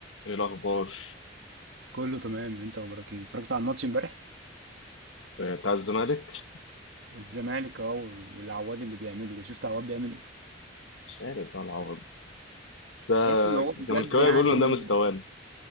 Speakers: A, on the left (about 85°); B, on the right (about 80°).
A: ايه الاخبار
B: كله تمام انت اخبارك ايه اتفرجت على الماتش امبارح
A: آه، بتاع الزمالك
B: الزمالك اهو والعواد اللي بيعمله ده شفت عواد بيعمل ايه
A: مش عارف بقى العوض بس آه،
B: تحس اللي هو بجد
A: الزملكاويه
B: يعني
A: بيقولوا ان
B: م-
A: ده مستواني